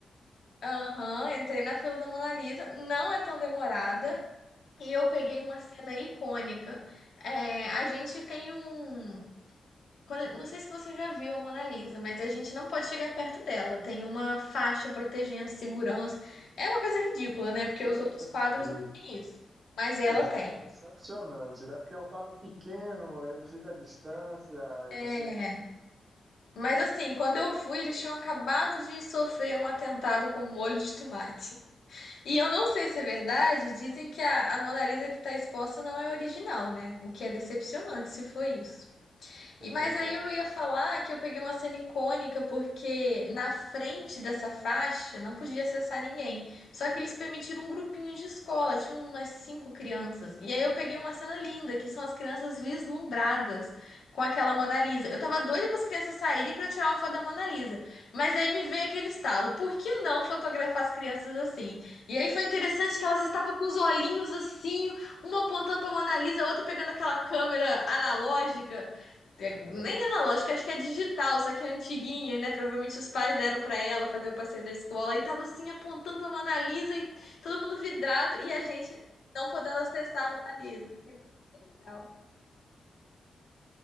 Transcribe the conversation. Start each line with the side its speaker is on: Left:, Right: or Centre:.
Left: aham, entrei na fila da Mona Lisa, não é tão demorada. E eu peguei uma cena icônica. É, a gente tem um. Quando- não sei se você já viu a Mona Lisa, mas a gente não pode chegar perto dela. Tem uma faixa protegendo segurança. É uma coisa ridícula,
Right: é,
Left: né? Porque os outros
Right: eu
Left: quadros
Right: vi.
Left: não têm isso. Mas ela
Right: Diz
Left: tem.
Right: que é decepcionante, né? Porque é um quadro pequeno, ele fica à distância,
Left: É,
Right: e você praticamente,
Left: Mas assim, quando eu fui, eles tinham acabado de sofrer um atentado com um molho de tomate. E eu não sei se é verdade, dizem que a, a Mona Lisa que está exposta não é original, né? O que é decepcionante se foi isso. E mas
Right: né?
Left: aí eu ia falar que eu peguei uma cena icônica porque na frente dessa faixa não podia acessar ninguém. Só que eles permitiram um grupinho de escola, tinha umas cinco crianças. E aí eu peguei uma cena linda, que são as crianças vislumbradas com aquela Mona Lisa. Eu tava doida para as crianças saírem para tirar uma foto da Mona Lisa, mas aí me veio aquele estalo, por que não fotografar as crianças assim? E aí foi interessante que elas estavam com os olhinhos assim, uma apontando para Mona Lisa, a outra pegando aquela câmera analógica. Tem-
Right: <laughs>
Left: Nem analógica, acho que é digital, só que é antiguinha, né? Provavelmente os pais deram pra ela fazer o passeio da escola e tava assim apontando pra Mona Lisa e todo mundo vidrado e a gente não podendo acessar a Mona Lisa. Que bem bem legal.